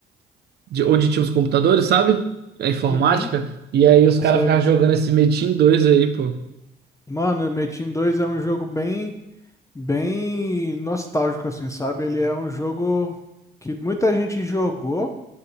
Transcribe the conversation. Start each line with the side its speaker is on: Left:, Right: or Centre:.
Right: de onde tinha os computadores, sabe? A informática.
Left: Uhum.
Right: E aí os caras
Left: Você
Right: ficavam jogando esse Metin dois aí, pô.
Left: Mano, Metin dois é um jogo bem, bem nostálgico, assim, sabe? Ele é um jogo que muita gente jogou,